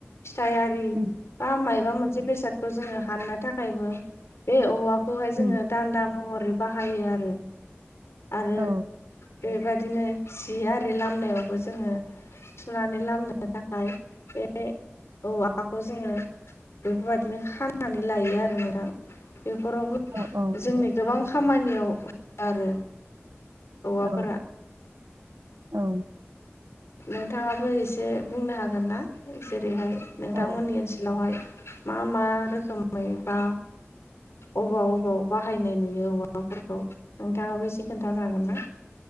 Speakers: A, on the left (about 75°); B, on the right (about 75°).
A: फिथाइयारि
B: उम
A: बा मायबा मोनसे बेसादखौ जोङो हाननो थाखायबो बे औवाखौहाय जोङो
B: उम
A: दान्दा महरै बाहायो आरो आरो
B: औ
A: बेबायदिनो जि आरि लामनायावबो जोङो सुनानै लामनो थाखाय बे औवाखौ जोङो बेफोरबायदिनो खानानै लायो आरो नोंथां बेफोरावबो
B: औ औ नंगौ
A: जोंनि गोबां खामानियाव हो <inaudible> आरो औवाफोरा
B: औ औ
A: नोंथाङाबो एसे बुंनो हागोन ना जेरैहाय नोंथांमोननि
B: औ
A: ओनसोलावहाय मा मा रोखोमै बा अबाव अबाव बाहायनाय नुयो औवाफोरखौ नोंथाङाबो एसे खोन्थानो हागोन ना?